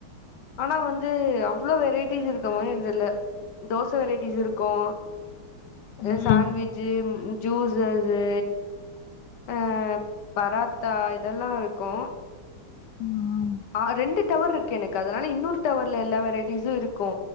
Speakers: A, on the left; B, on the left.
A: ஆனா வந்து அவ்ளோ வெரைட்டிஸ் இருக் கமாரி எனக்கு தெர்ல தோச வெரைட்டிஸ் இருக்கு அ
B: ம்
A: சான்வி ஜ்ஜி ஜூசஸ்ஸு ஆ பராத்தா இதெல்லா இருக்கு
B: ம் அ
A: ஆ ரெண்டு டவர்ருக்கு எனக்கு அதனால இன்னொரு டவர்ல எல்லா வெரைட்டிஸு இருக்கு